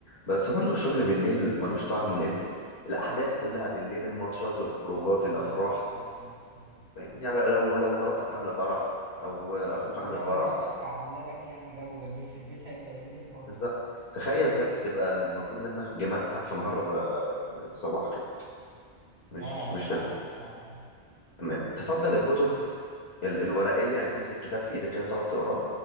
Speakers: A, on the left (about 85°); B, on the right (about 85°).
A: بس برضو الشغل بالليل ملوش طعم لان الاحداث كلها بالليل الماتشات الخروجات
B: بالظبط
A: الافراح
B: بالظبط آه.
A: فاهم يعني لو لو مراتك عامله فرح او اخوك
B: ولو
A: عامل فرح
B: مراتك عاملة لك يعني جو جميل في البيت هيبقى بالليل برضو
A: بالظبط تخيل صح تبقى مطلوب منك جماعة في نهار آه، الصباح كده مش
B: اه لا
A: مش
B: صعب
A: لذيذ
B: صعب آه.
A: تمام تفضل الكتب ال- الورقية يعني تمسك كتاب في ايدك كده تقعد تقراه